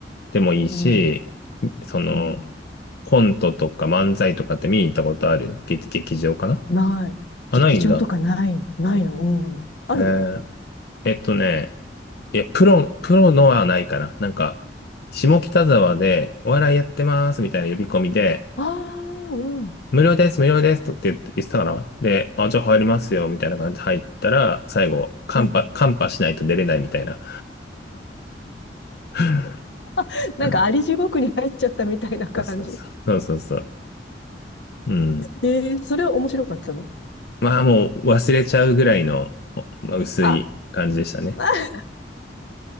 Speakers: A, on the left; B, on the left.
A: でもいいし、
B: うん。
A: その、
B: うん。
A: コントとか漫才とかって見に行ったことある劇、劇場かな
B: ない。
A: あ、
B: 劇場とかない。
A: ないんだ。
B: ないの。うん。ある
A: えーえっとね、いや、プロ、プロのはないかな。なんか、下北沢でお笑いやってますみたいな呼び込みで、
B: ああー、うん。
A: 無料です、無料ですとって言って言ってたかなで、あ、じゃあ入りますよ、みたいな感じで入ったら、最後、カンパ、
B: うん。
A: カンパしないと出れないみたいな。<laughs>
B: <laughs> なんかあり地獄に入っちゃったみたいな感じ。
A: うんそうそうそう。そうそうそう。うん。
B: ええそれは面白かったの
A: まあもう忘れちゃうぐらいの、おまあ、薄い感じでしたね。
B: あ、まあ、<laughs>